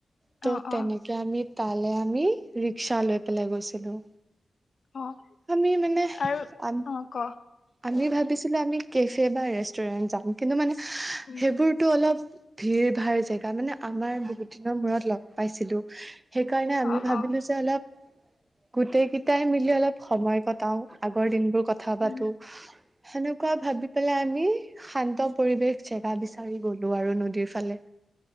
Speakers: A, on the right; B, on the left.
A: ত'
B: অ', অ',
A: তেনে তে আমি তালে আমি ৰিক্সা লৈ পেলাই গৈছিলোঁ।
B: অ',
A: আমি মানে
B: আৰু
A: আন
B: অ', ক।
A: আমি ভাবিছিলোঁ আমি কেফে বা ৰেষ্টুৰেন্ট যাম কিন্তু মানে
B: উম
A: সেইবোৰ টো অলপ ভিৰ ভাৰ জেগা মানে আমাৰ বহুত দিনৰ মূৰত লগ পাইছিলোঁ সেইকাৰণে আমি
B: অ',
A: ভাবিলোঁ
B: অ',
A: যে অলপ গোটেই কেইটাই মিলি অলপ সময় কটাও, আগৰ দিনবোৰ কথা
B: উম
A: পাতোঁ হেনেকুৱা ভাবি পেলাই আমি শান্ত পৰিৱেশ জেগা বিচাৰি গ'লোঁ আৰু নদীৰ ফালে।